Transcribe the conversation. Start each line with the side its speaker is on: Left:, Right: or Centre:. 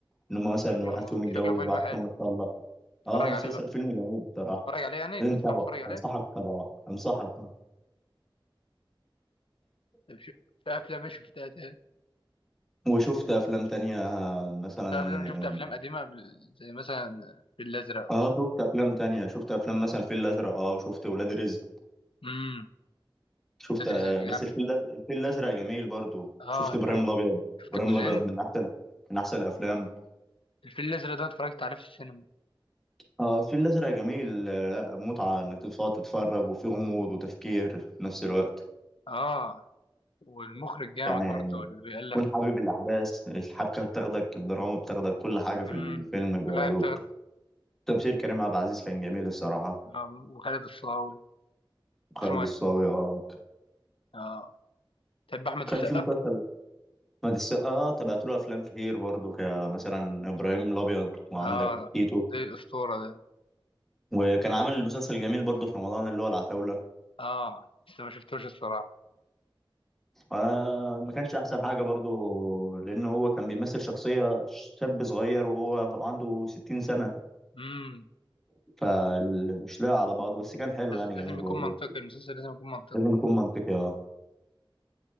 Centre: إن هم مثلا
Left: شكله
Centre: واحد فيهم اتجوز
Left: شكله فيلم
Centre: واحد
Left: حلو
Centre: فيهم اتطلق
Left: اتفرج
Centre: اه مسلسل
Left: عليه بقى
Centre: فيلم جميل بصراحة
Left: اتفرج عليه يعني
Centre: لازم
Left: تنصحني
Centre: تتابعه
Left: اتفرج عليه
Centre: أنصحك تتابعه أنصحك
Left: طب شو... في افلام مش شفتها تاني
Centre: وشفت أفلام تانية آه، مثلا
Left: في افلام شفت افلام قديمه بال- زي مثلا الفيل الازرق
Centre: اه آه، شفت أفلام تانية شفت أفلام مثلا الفيل الأزرق اه وشفت ولاد رزق
Left: امم
Centre: شفت
Left: ده دريس
Centre: آه،
Left: الجامعة
Centre: بس الفيل الأز- الفيل الأزرق جميل برضو
Left: اه
Centre: شفت إبراهيم الأبيض
Left: شفت
Centre: إبراهيم
Left: الجزئين
Centre: الأبيض من أحسن من أحسن الأفلام
Left: الفيل الأزرق ده اتفرجت عليه في السينما
Centre: اه الفيل الأزرق جميل آه، لا متعة إنك تقعد تتفرج وفي غموض وتفكير في نفس الوقت
Left: اه والمخرج جامد
Centre: يعني
Left: برضه اللي بيألف
Centre: تكون حابب الأحداث الحبكة بتاخدك الدراما بتاخدك كل حاجة في
Left: امم
Centre: الفيلم بياخدوك
Left: لا يفتقد
Centre: تمثيل كريم عبد العزيز كان جميل الصراحة
Left: آه. وخالد الصاوي
Centre: خالد
Left: اسمه ايه؟
Centre: الصاوي آه،
Left: اه تحب أحمد السقا؟
Centre: كان في مسلسل مد السقا اه تابعت له أفلام كتير برضه كمثلا إبراهيم الأبيض وعندك
Left: اه
Centre: تيتو
Left: زي الأسطورة ده
Centre: وكان عامل مسلسل جميل برضه في رمضان اللي هو العتاولة
Left: اه بس ما شفتوش الصراحة
Centre: آه، ما كانش احسن حاجه برضو لان هو كان بيمثل شخصيه شاب صغير وهو عنده 60 سنه
Left: امم
Centre: فمش لاقي على بعضه بس كان حلو
Left: لازم
Centre: يعني
Left: لازم
Centre: جميل برضو
Left: يكون منطقي المسلسل لازم يكون منطقي
Centre: لازم يكون منطقي اه